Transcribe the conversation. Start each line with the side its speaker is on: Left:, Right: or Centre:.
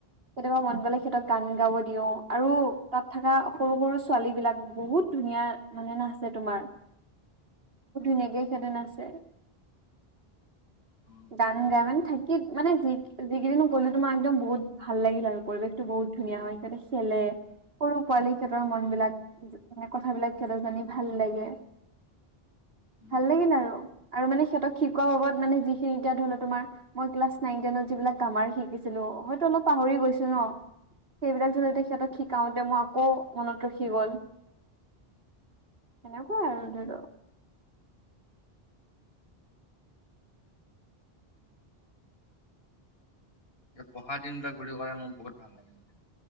Right: কেতিয়াবা মন গ'লে- তেখেতক গান গাব দিওঁ, আৰু তা'ত থকা- সৰু-সৰু ছোৱালীবিলাক বহুত ধুনীয়া মানে নাচে তোমাৰ। বহুত ধুনীয়াকে সিহঁতে নাচে।
Left: উম
Right: গান গাই মানে থাক- কি মানে যি যিকেইদিনো গ'লো তোমাৰ একদম বহুত ভাল লাগিল আৰু পৰিৱেশটো বহুত ধুনীয়া হয় সিহঁতে খেলে। সৰু পোৱালি- সিহঁতৰ মনবিলাক মানে কথাবিলাক সিহঁতৰ জানি ভাল লাগে।
Left: উম
Right: ভাল
Left: উম
Right: লাগিল আৰু। আৰু মানে সিহঁতক শিকোৱাৰ বাবদ মানে যিখিনি এতিয়া ধৰি ল' তোমাৰ- মই ক্লাছ নাইন-টেনত যিবিলাক গ্ৰামাৰ শিকিছিলো হয়তো অলপ পাহৰি গৈছো ন। সেইবিলাক যিহেতু সিহঁতক শিকাওঁতে মই আকৌ- মনত ৰাখি গ'ল, সেনেকুৱাই
Left: উম।
Right: আৰু ধৰি ল'।
Left: এই পঢ়া দিনবিলাক বুলি ক'লে মোৰ বহুত ভাল লাগে মানে।